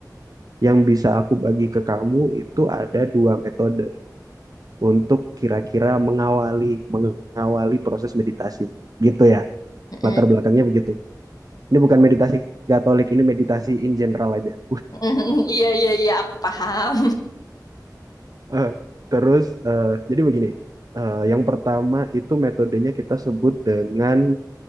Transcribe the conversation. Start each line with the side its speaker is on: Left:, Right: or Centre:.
Right: Yang bisa aku bagi ke kamu itu ada dua metode. untuk kira-kira mengawali mengawali proses meditasi gitu ya
Left: Mm-mm.
Right: latar belakangnya begitu ini bukan meditasi Katolik ini meditasi in general aja <laughs>
Left: <laughs> Iya, iya, iya, aku paham.
Right: Eh, terus eh, jadi begini eh, yang pertama itu metodenya kita sebut dengan